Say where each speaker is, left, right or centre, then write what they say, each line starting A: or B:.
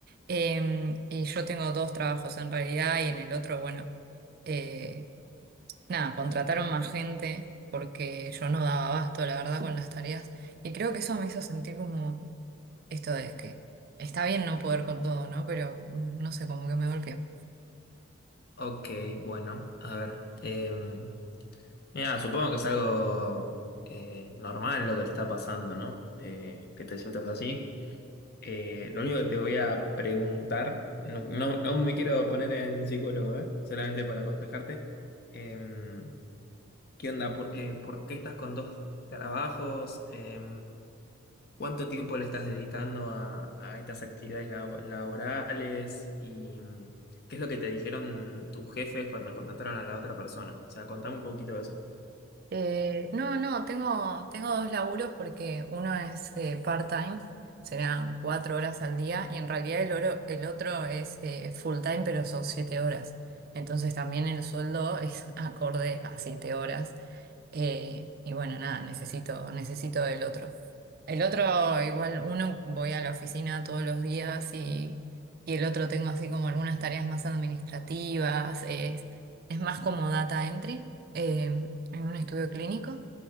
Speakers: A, on the right; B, on the left.
A: Em, y yo tengo dos trabajos en realidad y en el otro, bueno. eh, nada, contrataron más gente porque yo no daba abasto, la verdad, con las tareas. Y creo que eso me hizo sentir como esto de que está bien no poder con todo, ¿no? Pero mm, no sé, como que me golpeó.
B: Ok, bueno, a ver. em, mira, supongo que es algo eh, normal lo que te está pasando, ¿no? Eh, que te sientas así. Eh, lo único que te voy a preguntar, no, no, no me quiero poner en psicólogo, ¿eh? Solamente para aconsejarte. Em, ¿qué onda? ¿Por, eh, por qué estás con dos trabajos? Eh, ¿Cuánto tiempo le estás dedicando a, a estas actividades labo- laborales? ¿Y mm, qué es lo que te dijeron tus jefes cuando contrataron a la otra persona? O sea, contame un poquito de eso.
A: Eh, no, no, tengo, tengo dos laburos porque uno es eh, part-time, serán cuatro horas al día, y en realidad el, oro- el otro es eh, full-time, pero son siete horas. Entonces también el sueldo es <laughs> acorde a siete horas. Eh, y bueno, nada, necesito, necesito el otro. El otro, igual uno voy a la oficina todos los días y, y el otro tengo así como algunas tareas más administrativas, es, es más como data entry eh, en un estudio clínico.